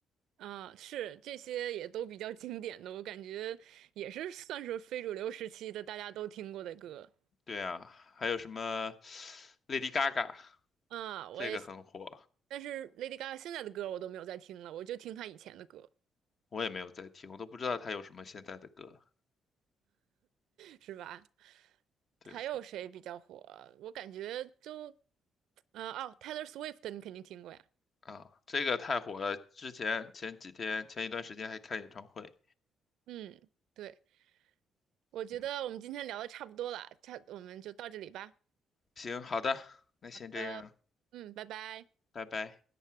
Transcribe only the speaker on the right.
啊，是这些也都比较经典的，我感觉也是算是非主流时期的大家都听过的歌。
啊，我也，
但是 Lady Gaga 现在的歌我都没有再听了，我就听她以前的歌，
是吧？
还有谁比较火？我感觉就，呃，哦，Taylor Swift 你肯定听过呀。
嗯，对，我觉得我们今天聊的差不多了，
差，我们就到这里吧。
好的。嗯，拜拜。